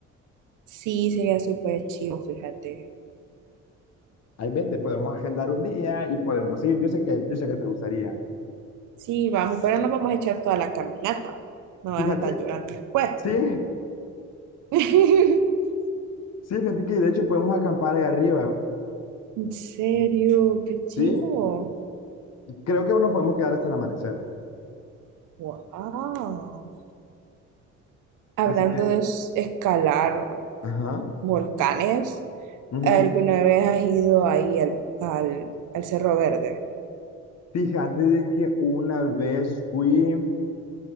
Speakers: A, on the right (about 85°); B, on the left (about 60°).
A: Sí, sería súper chido, fíjate.
B: Ahí vete, podemos agendar un día y podemos ir. Yo sé que, yo sé que te gustaría.
A: Sí, vamos, pero no vamos a echar toda la caminata. No vas
B: Fíjate,
A: a andar llorando después.
B: sí,
A: <laughs>
B: sí, fíjate que de hecho podemos acampar ahí arriba.
A: En serio, qué chido.
B: Sí, creo que nos podemos quedar hasta el amanecer.
A: Wow. Hablando
B: Así que,
A: de s- escalar
B: ajá.
A: volcanes.
B: ujú.
A: ¿Alguna vez has ido ahí al, al, al Cerro Verde?
B: Fíjate de que una vez fui,